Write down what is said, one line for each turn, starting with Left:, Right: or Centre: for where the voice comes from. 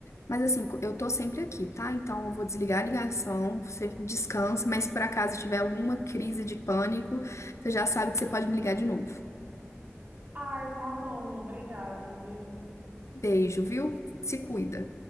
Left: Mas assim, co- eu tô sempre aqui, tá? Então eu vou desligar a ligação, você descansa, mas se por acaso tiver alguma crise de pânico, você já sabe que você pode me ligar de novo.
Right: Ai, tá bom, obrigada, viu?
Left: Beijo, viu? Se cuida.